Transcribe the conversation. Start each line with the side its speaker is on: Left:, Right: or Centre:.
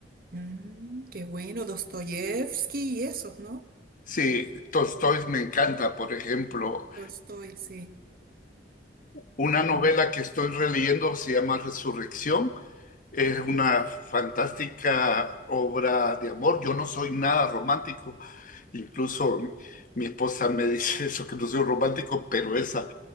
Right: Mm, qué bueno, Dostoyevsky y esos, ¿no?
Left: Sí, Tolstói me encanta, por ejemplo,
Right: Tolstoy, sí.
Left: una novela
Right: Mm.
Left: que estoy releyendo se llama Resurrección. Es una fantástica obra de amor. Yo no soy nada romántico, incluso mi mi esposa me <laughs> dice eso, que no soy romántico, pero esa